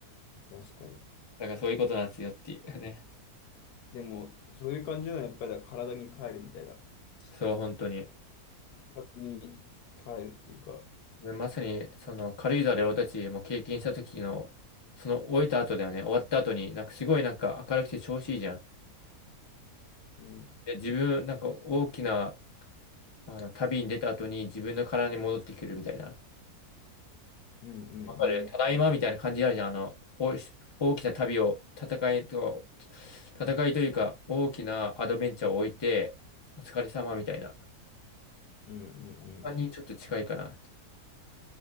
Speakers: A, on the left; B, on the left.
A: うん。確かに。
B: だからそういうことなんですよっていうね。
A: でも、そういう感じなのは、やっぱりだから体に帰るみたいな。
B: そう、本当に。
A: 体に帰るっていうか、
B: まさに、その軽井沢で俺たちも経験した時の、その終えた後だよね、終わった後に、なんかすごいなんか明るくて調子いいじゃん。
A: うん、
B: で、自分、なんか大きな、あの、旅に出た後に自分の体に戻ってくるみたいな。
A: うん、う
B: わかる。
A: ん、うん、
B: ただいまみたいな感じあるじゃん。あの、おい大きな旅を、戦いと、戦いというか、大きなアドベンチャーを置いて、お疲れ様みたいな
A: うん、うん。うん
B: 感じにちょっと近いかな。